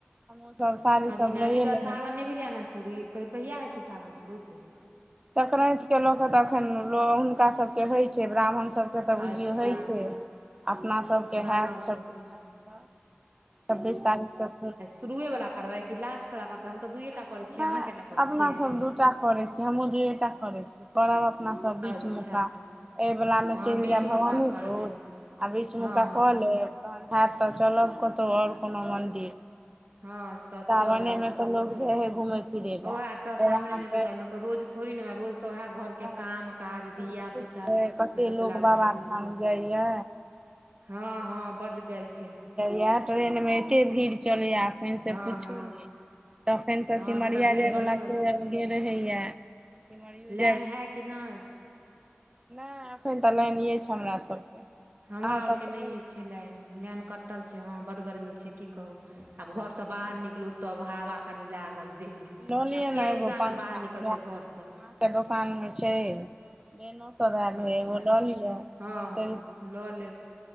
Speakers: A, on the right; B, on the right.
A: हमहूँ सब साड़ी सब
B: अभी नै
A: लए
B: अभी
A: लेने
B: तऽ सावन
A: छियै
B: नहि
A: आब
B: भेलै
A: चूड़ी
B: ने शुरू,
A: लेबै
B: कहिया हेते सावन शुरू से?
A: संक्रान्ते लऽ क तऽखन हुनका सभके होइत छै, ब्राह्मण सभके तऽ बुझियौ
B: अच्छा
A: होइ छै। अपना सभके
B: ब्राह्मण
A: हैत
B: आओर
A: छब्बीस
B: कहै छै,
A: तारीखसँ छब्बीस तारीखसँ शुरु।
B: शुरूएवला करबै कि लास्टवला करबै, हम त दुइए टा करै छियै
A: नहि
B: अहाँ कएटा करै
A: अपना
B: छियै
A: सब दुइयैटा करैत छियै हमहूँ दूइएटा करैत छियै कर अपना सब बीचमेसँ
B: अच्छा
A: एहि वला मे
B: हँ
A: चलि
B: बीच
A: जायब भवानीपुर
B: मौका करबै
A: आ बीच
B: हँ
A: मका
B: हँ
A: कऽ लेब तखन हैत तऽ चलब कतहु और कोनो मन्दिर।
B: हँ तऽ
A: सावने
B: चलब
A: मे
B: कतहु
A: तऽ लोग
B: कतहु,
A: जाइ है घूमे फिरे लए
B: ओ तऽ
A: फेर
B: सामने
A: अहाँके
B: मे तऽ जा
A: नहि
B: लोक रोज थोड़ि ने होइ रोज तऽ वैह घर के काम
A: एखन
B: काज धिया
A: देखै
B: पुता
A: छियै कते
B: मे लोक लागल
A: बाबाधाम
B: रहै छै।
A: जाइया
B: हँ हँ बड जाइ छै।
A: यैह ट्रेनमे एते भीड़ चलैए एखन
B: हँ
A: से पुछू
B: हँ
A: नहि तखैन तऽ
B: हँ
A: सिमरिया
B: से भीड़
A: जाय वाला
B: बड्ड
A: से
B: चलै छै
A: गेल रहैये, सिमरियो
B: लाइन है कि नै?
A: नै एखन तऽ लाइन अछि हमरा सभके। अहाँ
B: हमरा आर
A: सभके
B: के नहि छै लाइन, लाइन कटल छै हँ बड गर्मी छै की कहू।
A: यऽ
B: आब घर से बाहर निकलू तब हवा कनि लागल देह में
A: लऽ
B: त
A: लियै
B: आब
A: ने
B: के
A: एगो
B: रौदा
A: पंखा
B: में बाहर निकलतै
A: हमरा
B: घर से
A: माँ दोकान मे छै। बेनो सभ आयल रहे
B: अच्छा
A: एगो लऽ लिअ,
B: हँ
A: दसे
B: हँ
A: रुपैआ
B: लऽ
A: तऽ दै छै।